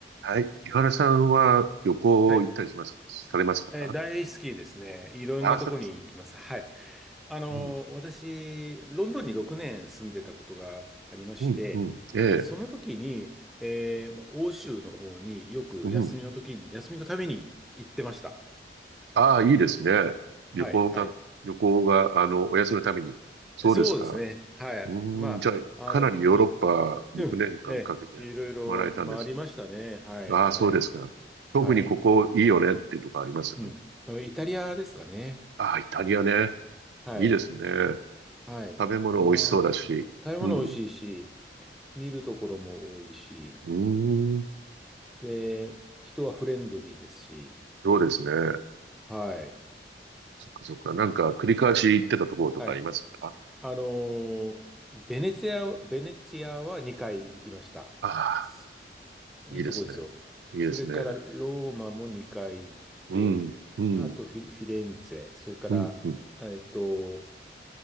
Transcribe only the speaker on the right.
はい。井原さんは旅行行ったりします、
されますか
ああ、そうです。
うん。
うん、うん。ええ。
うん。
ああ、いいですね。
旅行のた、
旅行が、あの、お休みのために。そうですか。
うん。
じゃあ、かなりヨーロッパ6年間かんかけて回られたんですね。
ああ、
そうですか。特にここいいよねっていうとこあります
ああ、イタリアね。
いいですね。
食べ物美味しそうだし。
うん。
うーん。
そうですね。
そっかそっか。なんか繰り返し行ってたところとかありますか
ああ、
いいですね。いいですね。
うん、うん、
うん、うん。